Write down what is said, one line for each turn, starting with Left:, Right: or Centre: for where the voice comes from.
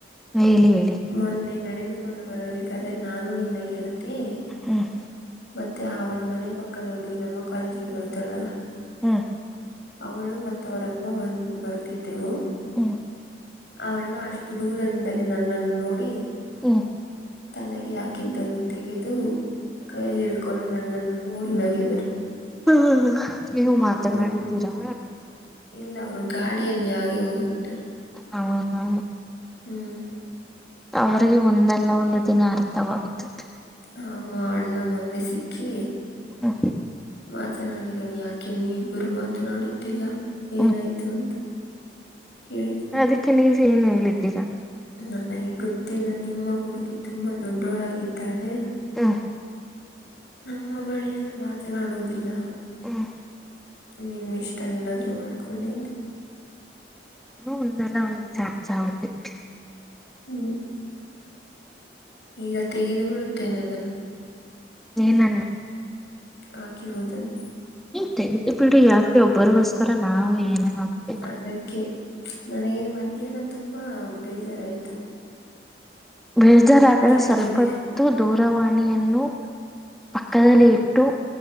Centre: ಹೇಳಿ ಹೇಳಿ
Left: ಮೊನ್ನೆ ನಡೆದುಕೊಂಡು ಬರಬೇಕಾದ್ರೆ ನಾನು ನಿನ್ನ ಗೆಳತಿ ಮತ್
Centre: ಹ್ಮ್
Left: ಮತ್ತೆ ಅವರ ಮನೆ ಪಕ್ಕದ ಹುಡುಗಿ ನಮ್ಮ ಕಾಲೇಜಿಗೆ ಬರುತ್ತಳಲ್ಲ
Centre: ಹ್ಮ್
Left: ಅವಳು ಮತ್ ಅವರಮ್ಮ ಬಂದ ಬರುತ್ತಿದ್ದೆವು
Centre: ಹ್ಮ್
Left: ಅವಣ್ಣ ಅಷ್ಟು ದೂರದಿಂದಲೇ ನನ್ನನ್ನು ನೋಡಿ
Centre: ಹ್ಮ್
Left: ತಲೆಗೆ ಹಾಕಿದ್ದನ್ನು ತೆಗೆದು ಕೈಯಲ್ಲಿಡ್ಕೊಂಡು ನನ್ನನ್ನು ನೋಡಿ ನಗೆದರು
Centre: ಹ ನೀವು ಮಾತಾನಾಡಿದ್ದೀರಾ
Left: ಹ್ಮ್ ಇಲ್ಲ ಅವರು ಗಾಡಿಯಲ್ಲಿ ಆಗೆ ಹೋಗಿಬಿಟ್ಟರು
Centre: ಹ ಹಾ
Left: ಹ್ಮ್
Centre: ಅವರಿಗೆ ಒಂದಲ್ಲ ಒಂದು ದಿನ ಅರ್ಥವಾಗುತ್ತದೆ
Left: ಹ ಅಣ್ಣ ಮೊನ್ನೆ ಸಿಕ್ಕಿ
Centre: ಹಾ
Left: ಮಾತನಾಡಿದರು ಯಾಕೆ ನೀವು ಇಬ್ಬರು ಮಾತನಾಡುತ್ತಿಲ್ಲ ಏನಾಯ್ತು
Centre: ಹ್ಮ್
Left: ಅಂತ ಕೇಳಿ
Centre: ಅದಕ್ಕೆ ನೀವ್ ಏನು ಹೇಳಿದ್ದೀರಾ
Left: ನನಗೆ ಗೊತ್ತಿಲ್ಲ ನಿಮ್ಮ ಹುಡುಗಿ ತುಂಬಾ ದೊಡ್ಡೋಳಾಗಿದ್ದಾಳೆ
Centre: ಹ
Left: ನಮ್ಮ ಬಳಿಯೆಲ್ಲ ಮಾತನಾಡುವುದಿಲ್ಲ
Centre: ಹಾ
Left: ನಿಮ್ಮಿಷ್ಟ ಏನಾದರೂ ಮಾಡ್ಕೊಳ್ಳಿ ಅಂದೆ
Centre: ಒಂದೆಲ್ಲ ಒಂದ್ ಶಾಿ <unintelligible>
Left: ಹ್ಮ್ ಈಗ ತೆಗೆದು ಬಿಡುತ್ತೇನೆ ಅದನ್ನ
Centre: ಏನನ್ನ
Left: ಹಾಕಿರುವುದನ್ನ
Centre: ಇ ತೆಗೆದು ಬಿಡಿ ಯಾಕೆ ಒಬ್ಬರಿಗೋಸ್ಕರ ನಾವು ಏನೇನ್ ಮಾಡ್ಬೇಕು
Left: ಅದಕ್ಕೆ ನನಗೆ ಮಧ್ಯಾಹ್ನ ತುಂಬಾ ಬೇಜಾರಾಯ್ತು
Centre: ಬೇಜಾರಾದಗ
Left: ಹಾಕಿದೆ
Centre: ಸ್ವಲ್ಪತ್ತು ದೂರವಾಣಿಯನ್ನು ಪಕ್ಕದಲ್ಲಿ ಇಟ್ಟು